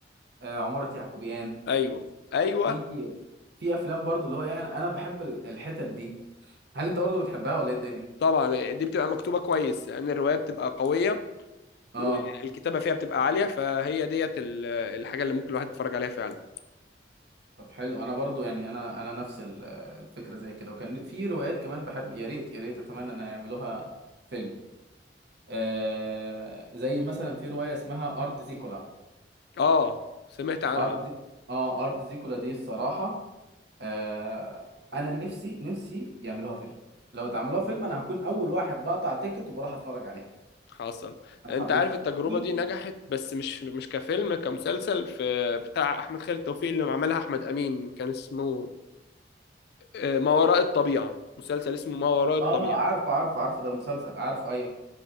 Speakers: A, on the right; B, on the left.
A: آه، عمارة يعقوبيان
B: ايوه ايوه
A: في في افلام برضو اللي هو يعني انا بحب ال- الحتت دي هل انت برضو بتحبها ولا ايه الدنيا
B: طبعا دي بتبقى مكتوبه كويس لان الروايه بتبقى قويه
A: اه
B: والكتابه فيها بتبقى عاليه فهي ديت ال- الحاجه اللي ممكن الواحد يتفرج عليها فعلا
A: طب حلو انا برضو يعني انا انا نفس ال- الفكره زي كده وكان في روايات كمان بحب يا ريت يا ريت اتمنى ان يعملوها فيلم آه زي مثلا في روايه اسمها ارض زيكولا
B: اه سمعت عنها
A: ارض زي اه ارض زيكولا دي الصراحه آه انا نفسي نفسي يعملوها فيلم لو اتعملوها فيلم انا هكون اول واحد بقطع تيكت وبروح اتفرج عليها
B: حصل
A: انا
B: انت
A: حبيت
B: عارف التجربه
A: وفي
B: دي نجحت بس مش مش كفيلم كمسلسل في بتاع احمد خالد توفيق اللي عملها احمد امين كان اسمه آه، ما وراء الطبيعه مسلسل اسمه ما وراء الطبيعه
A: اه عارفه عارفه عارفه ده مسلسل عارفه ايوه